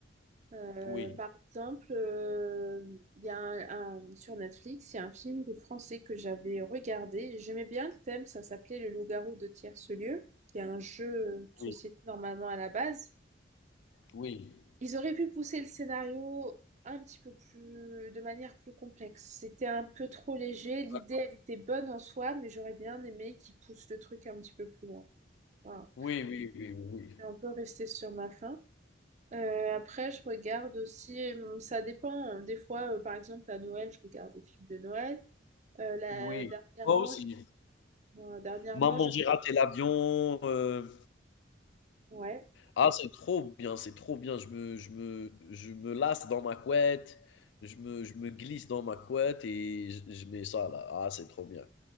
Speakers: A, on the right (about 40°); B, on the left (about 65°).
A: Euh,
B: Oui,
A: par exemple, euh, il y a un, un- sur Netflix, il y a un film de français que j'avais regardé. J'aimais bien le thème, ça s'appelait Le Loup-garou de tierce-lieu, qui est un jeu de société
B: oui,
A: normalement à la base.
B: oui.
A: Ils auraient pu pousser le scénario un petit peu plus, de manière plus complexe. C'était un peu trop léger. L'idée,
B: Bah,
A: elle était bonne en soi, mais j'aurais bien aimé qu'ils poussent le truc un petit peu plus loin. Voilà.
B: oui, oui, oui, oui,
A: Je suis un peu restée sur ma faim. Euh, après, je regarde aussi, hum, ça dépend. hein. Des fois, euh, par exemple, à Noël, je regarde des films de Noël. Euh, là,
B: oui.
A: dernièrement,
B: Moi aussi.
A: j'ai- moi, dernièrement,
B: Maman,
A: j'ai-
B: j'ai raté l'avion, heu,
A: ouais.
B: ah, c'est trop bien, c'est trop bien. Je me je me je me lasse dans ma couette, je me je me glisse dans ma couette et je je mets ça là. Ah, c'est trop bien